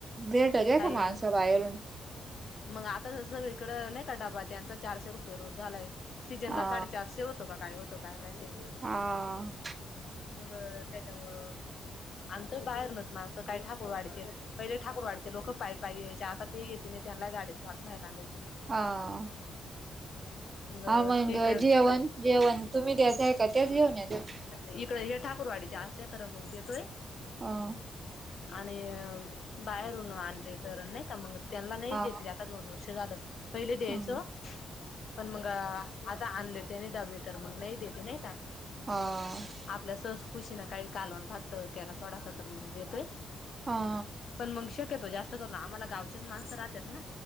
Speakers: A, on the right; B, on the left.
A: भेट घ्या
B: काही
A: का माणसा बायलून
B: मग आता सगळीकडं नाही का डबा त्यांचा चारशे रुपये रोज झालाय सीजन
A: हा
B: ला साडेचारशे होतो का काय होतो काय नाही ते
A: हा
B: मग त्याच्यामुळं आण त बाहेर नत माणसं काय ठाकूर वाढचे पहिले ठाकूरवाडीचे लोक पाय पाय यायचे आता ते येते नाही त्यांना गाडीच पाठवाय लाग त
A: हा
B: मग
A: हा
B: तिकडेांग
A: जेवण जेवण तुम्ही द्यायचं आहे का त्याच घेऊन येतात
B: इकड हे ठाकूरवाडीच्या असल्याय तर मग देतोय
A: ह
B: आणि बाहेरून आणली तर नाही का मंग त्यांना नाही
A: हा
B: देते आता दोन वर्ष झालं पहिले द्यायचं
A: हा
B: पण मग आता आणले त्यानी डाबे तर मग नाही देते नाही का
A: ह
B: आपल्या सहस खुशी ना काही कालवण भातत त्याला थोडासा तर मग देतोय
A: हा
B: पण मग शक्यतो जास्त करून ना आम्हाला गावचेच माणसं राहतात हना